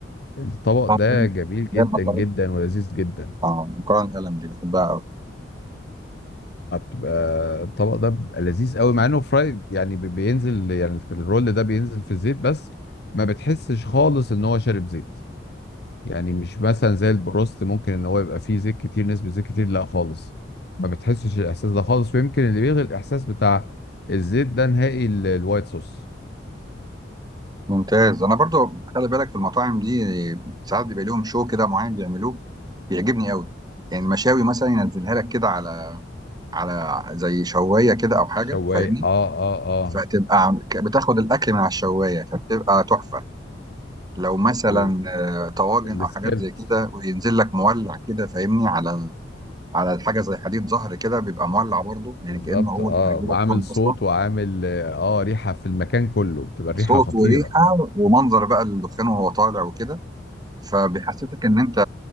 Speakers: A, on the left; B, on the right.
A: الطبق ده
B: اه فاهم.
A: جميل
B: اللي
A: جدا
B: هي المكرونه
A: جدا ولذيذ جدا
B: اه مكرونه قلم دي بحبها قوي
A: بيبقى الطبق ده بيبقى لذيذ قوي مع انه فرايد يعني بي- بينزل يعني في الرول ده بينزل في الزيت بس ما بتحسش خالص ان هو شارب زيت يعني مش مثلا زي البروست ممكن ان هو يبقى فيه زيت كتير نسبة زيت كتير لا خالص ما بتحسش الاحساس ده خالص ويمكن اللي بيلغي الاحساس بتاع الزيت ده نهائي ال- الوايت صوص
B: ممتاز انا برضو خلي بالك في المطاعم دي ساعات بيبقى لهم شو كده معين بيعملوه بيعجبني قوي يعني المشاوي مثلا ينزلها لك كده على على زي شوايه كده او حاجه
A: شوايه
B: فاهمني
A: اه اه
B: فتبقى عم- ك- بتاخد الاكل من على الشوايه فبتبقى تحفه لو مثلا
A: اه
B: آه، طواجن
A: والسكيلت
B: او حاجات زي كده وينزل لك مولع كده فاهمني على ال- على حاجه زي حديد ظهر كده بيبقى مولع برضو يعني
A: بالظبط
B: كانه هو
A: اه
B: جوه
A: وعامل
B: الفرن
A: صوت
B: اصلا
A: وعامل اه ريحة في المكان كله بتبقى الريحة
B: صوت
A: خطيرة
B: وريحة ومنظر بقى الدخان وهو طالع وكده فبيحسسك ان انت